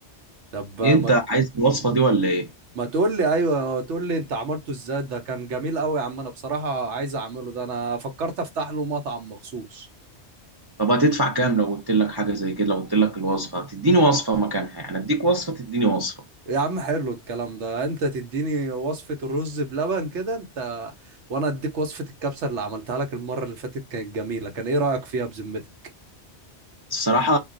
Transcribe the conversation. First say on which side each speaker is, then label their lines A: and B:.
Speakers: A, on the right; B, on the right.
A: طب آه،
B: إيه انت
A: ما
B: عايز الوصفه دي ولا ايه
A: ما تقول لي ايوه تقول لي انت عملته ازاي ده كان جميل قوي يا عم انا بصراحه عايز اعمله ده انا فكرت افتح له مطعم مخصوص
B: طب هتدفع كام لو قلت لك حاجة زي كده لو قلت لك الوصفة تديني وصفة مكانها يعني اديك وصفة تديني وصفة
A: يا عم حلو الكلام ده انت تديني وصفة الرز بلبن كده انت وانا اديك وصفة الكبسة اللي عملتها لك المرة اللي فاتت كانت جميلة كان ايه رأيك فيها بذمتك
B: الصراحة